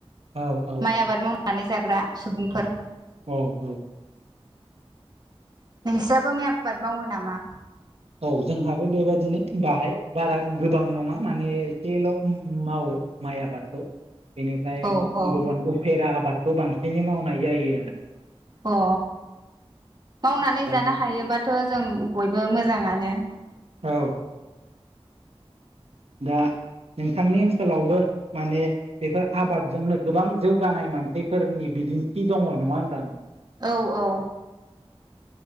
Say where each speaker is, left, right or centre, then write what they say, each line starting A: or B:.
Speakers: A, on the right; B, on the right.
A: औ औ
B: माइ
A: औ
B: आबाद मावनानै जाग <unintelligible> सुबुंफोर
A: औ औ औ
B: नोंस्राबो माइ आबाद मावो नामा?
A: औ जोंहाबो बेबादिनो बाहाय बारा गोबां नङा माने एसेल' मावो माइ आबादखौ बेनिफ्राय
B: औ औ
A: गुबुन उफेरा आबाद खौ बांसिनै मावनाय जायो आरो।
B: अ मावनानै
A: दा
B: जानो हायोबाथ' जों बयबो मोजाङानो
A: औ दा नोंथांनि ओनसोलावबो माने बेफोर आबादजोंनो गोबां जौगानाय मानसिफोरनि बिदिन्थि दङ नङा होनब्लाा नों
B: औ औ